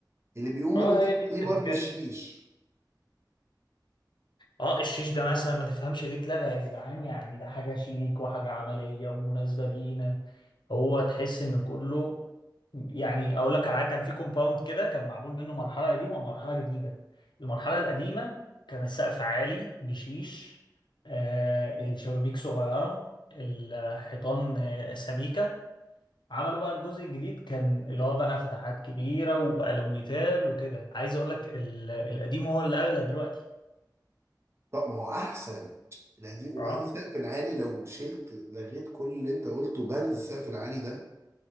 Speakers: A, on the right; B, on the left.
A: اللي بيقوم
B: اه
A: بالوظيفه
B: هي دي التركايه
A: دي برضو الشيش
B: اه الشيش ده مثلا ما تفهمش ليه اتلغى يا جدعان يعني ده حاجة شيك وحاجة عملية ومناسبة لينا هو تحس ان كله يعني اقول لك على حاجة كان في كومباوند كده كان معمول منه مرحلة قديمة ومرحلة جديدة المرحلة القديمة كان السقف عالي بشيش آه الشبابيك صغيرة الحيطان آه، سميكة عملوا بقى الجزء الجديد كان اللي هو بقى فتحات كبيرة والوميتال وكده عايز اقول لك ال- القديم هو اللي اغلى دلوقتي
A: طب ما هو احسن القديم وبعدين
B: اه
A: السقف العالي لو شلت لغيت كل اللي انت قلته بند السقف العالي ده